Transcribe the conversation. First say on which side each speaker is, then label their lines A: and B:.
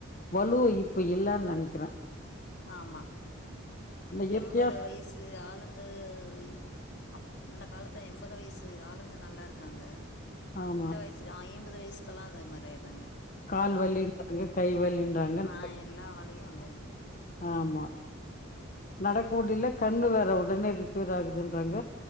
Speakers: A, on the left (about 40°); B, on the left (about 55°).
A: வலுவ் இப்ப இல்லன்னு நனைக்கிறே
B: ஆமா
A: இயற்கையா
B: எண்பது வயசு ஆள் ளுங்க இ அப் இந்த காலத்து எண்பது வயசு ஆளுங்க நல்லா இருக்காங்க
A: ஆமா
B: இந்த வயசு ஐம்பது வயசு சல்லா அதே மாரி ஆயிறாங்க
A: கால் வலின்றாங்க கை வலின்றாங்க <unintelligible>
B: ஆ எல்லா வேலையும் வந்துடுது
A: ஆமா நடக்க முடில கண்ணு வேற டனே ரிப்பேர் ஆகுதுன்றாங்க